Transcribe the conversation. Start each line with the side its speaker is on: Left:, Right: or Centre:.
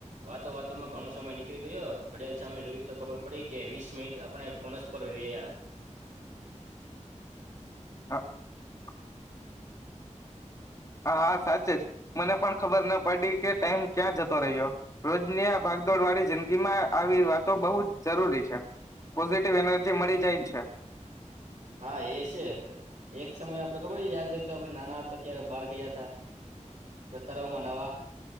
Right: વાતો વાતોમાં ઘણો સમય નીકળી ગયો ઘડિયાળ સામે જોયું તો ખબર પડી કે વીસ મિનિટ આપણે ફોન સ પર રહ્યા.
Left: હા હા સાચે જ મને પણ ખબર ન પડી કે ટાઈમ ક્યાં જતો રહ્યો રોજની આ ભાગદોડ વાળી જિંદગીમાં આવી વાતો બહુ જ જરૂરી છે પોઝિટિવ એનર્જી મળી જાય છે.
Right: હા એ સે એક સમય આપડે ખબર યાદ તા આપણે નાના હતા ત્યારે બહાર ગયા હતા. પતારાવ મનાવા.